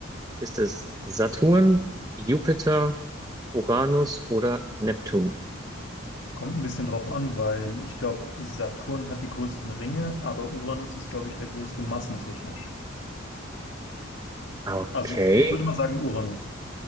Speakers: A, on the right (about 20°); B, on the left (about 70°).
A: Ist es Saturn, Jupiter, Uranus oder Neptun?
B: Kommt ein bisschen drauf an, weil ich glaube, Saturn hat die größten Ringe, aber Uranus ist, glaube ich, der größte massentechnisch.
A: Okay.
B: Also ich würde mal sagen Uranus.